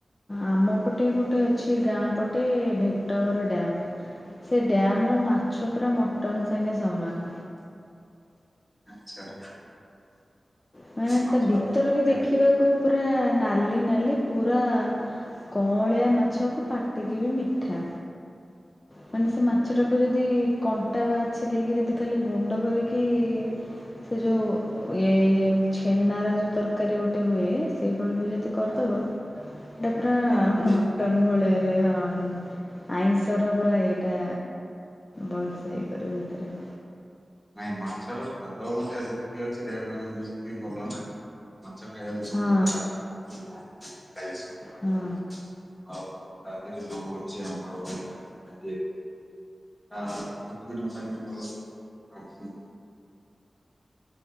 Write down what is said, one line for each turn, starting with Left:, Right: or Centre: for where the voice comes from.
Left: ଆମ ପଟେ ଗୋଟେ ଅଛି ଗାଁ ପଟେ ଭେ ତବର ଡ୍ୟାମ ସେ ଡ୍ୟାମର ମାଛ ପୁରା ମଟନ ସାଙ୍ଗେ ସମାନ।
Centre: ଆଚ୍ଛା।
Left: ମାନେ
Centre: ମାଛର
Left: ତା ଭିତର
Centre: ଦେହ ପକ୍ଷେ
Left: ବି ଦେଖିବାକୁ ପୁରା ନାଲି ନାଲି ପୁରା କଅଁଳିଆ ମାଛକୁ ପାଟି ସେତିିକି ବି ମିଠା। ମାନେ ସେ ମାଛ ଟାକୁ ଯଦି କଣ୍ଟା ବାଛି ଦେଇକି ଯଦି ଖାଲି ଗୁଣ୍ଡ କରିକି ସେ ଯୋଉ ଇ ଇ ଛେନାର ଯୋଉ ତରକାରୀ ଗୋଟେ ହୁଏ ସେଇଭଳି ବି ଯଦି କରିଦବୁ
Centre: ହଁ
Left: ଏଟା ପୁରା
Centre: ଜଣା ପଡିବନି।
Left: ମଟନ ଭଳିଆ ଲେ ହ ଆଇଁସର ପୁରା ଏଇଟା ବଲ ସେ କିରିବ ଏଇ ଥର।
Centre: ନାଇଁ ମାଛର ସ୍ୱାଦ ମଧ୍ୟ ସେତିକି ଅଛି ଦେହ ପାଇଁ ମଧ୍ୟ ସେତିକି ଭଲ ନା? ମାଛ ଖାଇବା ବି ସମସ୍ତେ
Left: ହଁ
Centre: ଲାଗ ମା କସ ପା
Left: ହଁ
Centre: ହଉ ତା ଥିରେ ଯୋଉ ଅଛି ଆମର ଅ ଆ ହୃତ୍‌ପିଣ୍ଡ ପାଇଁ ବି ଭଲ। ହଁ ଆଖି